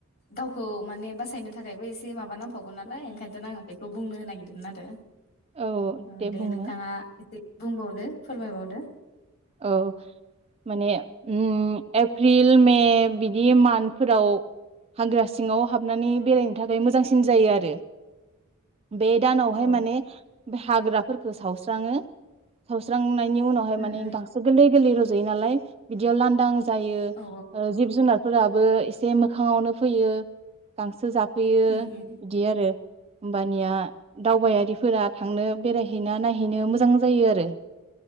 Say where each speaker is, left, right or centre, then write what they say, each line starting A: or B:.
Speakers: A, on the left; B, on the right.
A: गावखौ माने बासायनो थाखायबो एसे माबा नांफागौ नालाय ओंखायथ आं बेखौ बुंनो नागिरदोंमोन आरो
B: औ
A: ओ दे
B: बुंलाय
A: नोंथाङा ए बुंबावदो फोरमायबावदो
B: औ माने ओम एप्रिल मे बिदि मान्थ फोराव हाग्रा सिङाव हाबनानै बेरायनो थाखाय मोजांसिन जायो आरो बे दानावहाय
A: औ
B: माने हाग्राफोर सावस्राङो सावस्रांनाय बिनि उनाहाय
A: उम
B: माने
A: उम
B: गा गोरलै गोरलै रजयो नालाय बिदियाव लानदां जायो
A: औ
B: ओ जिब जुनार फोराबो एसे मोखाङावनो फैयो गांसो जा फैयो
A: उम उम
B: बिदि आरो होमबानिया दावबायारिफोरा थांनो बेरायहैना नायहैनो मोजां जायो आरो